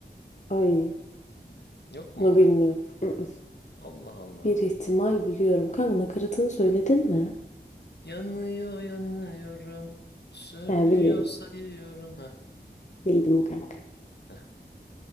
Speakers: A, on the left (about 40°); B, on the left (about 65°).
A: Ay
B: Yok mu?
A: bunu bilmiyorum. Mm-mm.
B: Allah Allah.
A: Bir ihtimal biliyorum. Kanka nakaratını söyledin mi?
B: Yanıyor yanıyorum, sürüyor
A: He bilirim.
B: sayıyorum. Heh,
A: Bildim kanka.
B: heh,